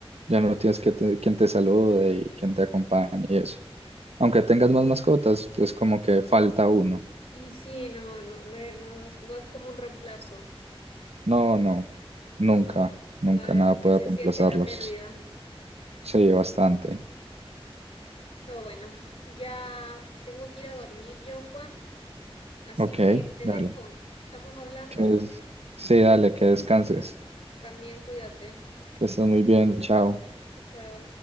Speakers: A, on the right; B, on the left.
A: ya no tienes que te- quien te salude y quien te acompañe y eso. Aunque tengas más mascotas, pues como que falta uno.
B: Y sí, no, no, no es, no es, no es como un reemplazo.
A: No, no, nunca, nunca
B: Claro,
A: nada
B: así que
A: puede
B: se
A: reemplazarlos.
B: siente la pérdida.
A: Sí, bastante.
B: Pero bueno, ya tengo que ir a dormir yo, Juan. Así
A: Ok,
B: que te
A: dale.
B: dejo. Estamos hablando.
A: Que es, sí, dale, que descanses.
B: También cuídate.
A: Que estés muy bien, chao.
B: Chao.